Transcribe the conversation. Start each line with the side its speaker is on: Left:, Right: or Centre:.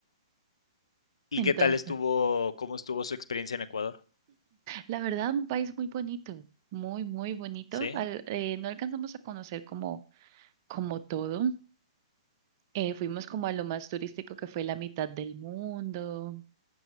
Left: ¿Y
Right: Entonces,
Left: qué tal estuvo, cómo estuvo su experiencia en Ecuador?
Right: la verdad, un país muy bonito, muy, muy bonito.
Left: ¿Sí?
Right: Al- eh, no alcanzamos a conocer como, como todo. Eh, fuimos como a lo más turístico que fue la mitad del mundo,